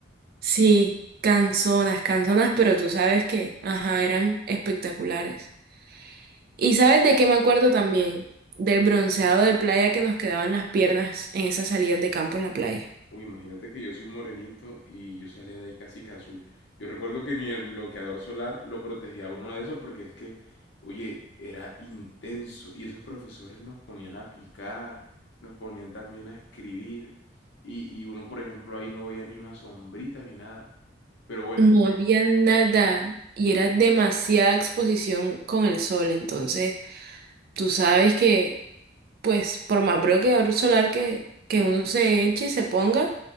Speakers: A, on the right; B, on the left.
A: Sí, canzonas, canzonas, pero tú sabes que, ajá, eran espectaculares. ¿Y sabes de qué me acuerdo también? Del bronceado de playa que nos quedaban las piernas en esas salidas de campo en la playa.
B: Uy, imagínate que yo soy un morenito y yo salía de ahí casi que azul. Yo recuerdo que ni el bloqueador solar lo protegía a uno de esos porque es que, oye, era intenso y esos profesores nos ponían a picar, nos ponían también a escribir y, y uno, por ejemplo, ahí no veía ni una sombrita ni nada. Pero bueno,
A: No había nada y era demasiada exposición con el sol, entonces Tú sabes que, pues, por más bloqueador solar que, que uno se eche, se ponga,